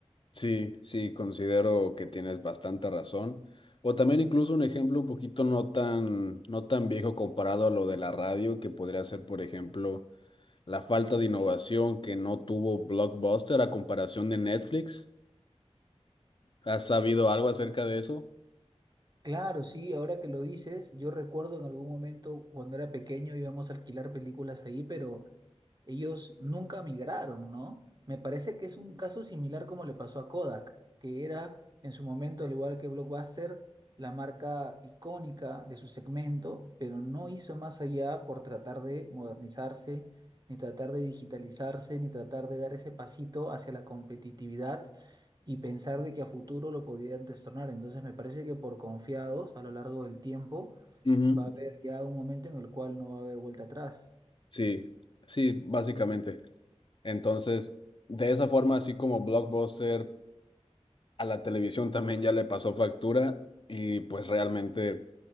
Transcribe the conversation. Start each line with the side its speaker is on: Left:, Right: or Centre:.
Left: Sí, sí, considero que tienes bastante razón. O también incluso un ejemplo un poquito no tan, no tan viejo comparado a lo de la radio, que podría ser, por ejemplo, la falta de innovación que no tuvo Blockbuster a comparación de Netflix. ¿Has sabido algo acerca de eso?
Right: Claro, sí, ahora que lo dices, yo recuerdo en algún momento cuando era pequeño íbamos a alquilar películas ahí, pero ellos nunca migraron, ¿no? Me parece que es un caso similar como le pasó a Kodak, que era en su momento, al igual que Blockbuster, la marca icónica de su segmento, pero no hizo más allá por tratar de modernizarse, ni tratar de digitalizarse, ni tratar de dar ese pasito hacia la competitividad y pensar de que a futuro lo podían destronar. Entonces me parece que por confiados a lo largo del tiempo
Left: Ujú,
Right: va a haber ya un momento en el cual no va a haber vuelta atrás.
Left: Sí, sí, básicamente. Entonces, de esa forma, así como Blockbuster a la televisión también ya le pasó factura y pues realmente,